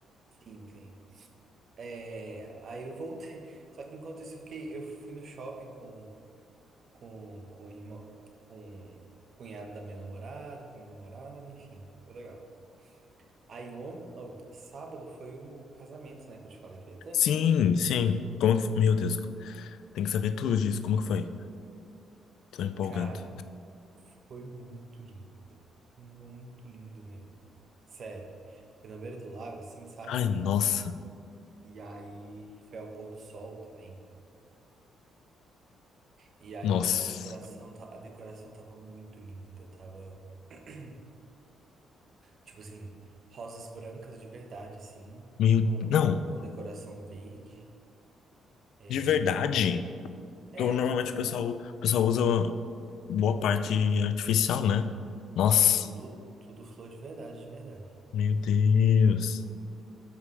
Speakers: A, on the right (about 55°); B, on the left (about 80°).
A: Sim, sim. É, aí eu voltei, <laughs> só que enquanto isso eu fiquei, eu fui no shopping com, com, com o irmão, com o cunhado da minha namorada, com a minha namorada, enfim, foi legal. Aí on... oh, sábado foi o casamento, né, que eu te falei que eu ia ter.
B: Sim, sim. Como que foi? Meu Deus, tem que saber tudo disso. Como que foi? Tô empolgado.
A: Cara, foi muito lindo. Muito lindo mesmo. Sério. Foi na beira do lago, assim, sabe?
B: Ai, nossa.
A: E aí foi ao pôr do sol também. E aí
B: Nossa.
A: a co- a decoração, ta- a decoração tava muito linda, tava <clears throat> tipo assim, rosas brancas de verdade, assim,
B: Meu,
A: com,
B: não.
A: com, com decoração verde. É,
B: de verdade,
A: é,
B: que eu- normalmente
A: é tudo de
B: o pessoal,
A: verdade.
B: o pessoal usa boa parte artificial, né? Nossa,
A: Não, tudo, tudo flor de verdade, de verdade.
B: meu Deus.